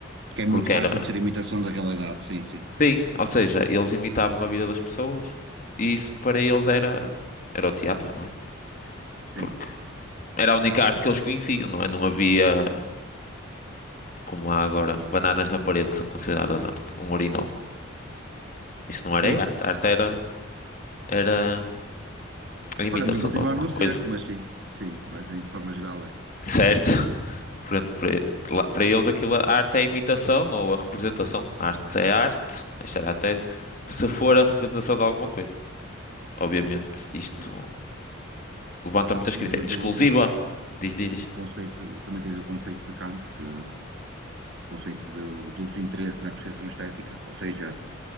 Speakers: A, on the right; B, on the left.
A: Que é muito
B: porque
A: fácil
B: era
A: de ser imitação da realidade, sim, sim,
B: Sim, ou seja, eles imitavam a vida das pessoas e isso para eles era, era o teatro, não é?
A: sim.
B: Porque era a única arte que eles conheciam, não é? Não havia, como há agora, bananas na parede que são consideradas arte, um urinol. Isso não
A: Sim.
B: era arte, arte era, era a imitação
A: Para mim continua
B: de alguma
A: a não
B: coisa,
A: ser, mas sim, sim, mas de forma geral é.
B: certo? <laughs> Portanto, para e- lá- para eles aquilo, a arte é a imitação ou a representação. A arte é arte, esta era a tese, se for a representação de alguma coisa. Obviamente, isto
A: Sim.
B: levanta muitas
A: Também
B: críticas,
A: tens
B: é muito exclusiva.
A: o
B: Diz, diz, diz.
A: conceito, também tens o conceito de Kant, que conceito do, do desinteresse na apreciação estética, ou seja,